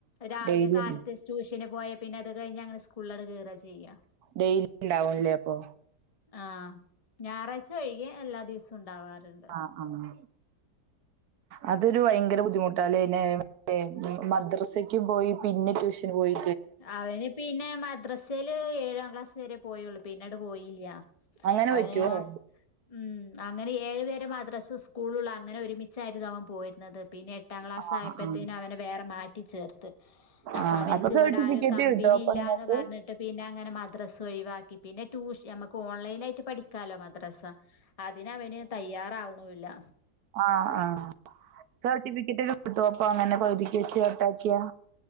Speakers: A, on the left; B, on the right.
A: രാവിലെ
B: ഡെയിലി
A: കാലത്ത് ടൂഷ ന് പോയാ പിന്നെ അത് കഴിഞ്ഞ് അങ്ങനെ സ്കൂളിലോട്ട് കേറ ചെയ്യ
B: ഡെയിലി ഇണ്ടാവുംല്ലേ അപ്പൊ?
A: ആഹ ഞായറാഴ്ച ഒഴികെ എല്ലാ ദിവസവും ഉണ്ടാവാറുണ്ട്
B: ആഹ ആഹ അതൊരു ഭയങ്കര ബുദ്ധിമുട്ട അല്ലേന്നെ മദ്രസക്ക് പോയി പിന്നെ ട്യൂഷന് പോയി
A: അവന് പിന്നെ മദ്രസൽ ഏഴാം വരെ പോയുള്ളൂ പിന്നങ്ങട് പോയില്യ
B: അങ്ങനെ
A: അവന്
B: പറ്റുമോ
A: ഉം അങ്ങനെ ഏഴ് വരെ മാദ്രാസ് സ്കൂളുളളൂ അങ്ങനെ ഒരു അവൻ പോയിരുന്നത് പിന്നെ എട്ടാം ക്ലാസ്
B: ആ
A: ആയപ്പോഴ്‌ത്തേനും
B: ആ
A: അവെനെ വേറെ മാറ്റി ചേർത്ത് അപ്പൊ
B: ആ
A: അവൻ ഇവിടെ
B: സർട്ടിഫിക്കറ്റ്
A: ആരും കമ്പനി
B: കിട്ടും അപ്പൊ
A: ഇല്ലന്ന്
B: നിങ്ങൾക്ക്
A: പറഞ്ഞിട്ട് പിന്നെ അങ്ങനെ മദ്രസ്സ് ഒഴിവാക്കി പിന്നെ ട്യൂഷ നമുക്ക് ഓൺലൈനായിട്ട് പഠിക്കാലോ മാത്രസ അതിനവന് തയ്യാറാവണില്ല
B: ആഹ് ആഹ സർട്ടിഫിക്കറ്റ് <unintelligible> അപ്പൊ അങ്ങനെ പകുതിക്ക് വെച്ച് കട്ടാക്കിയാ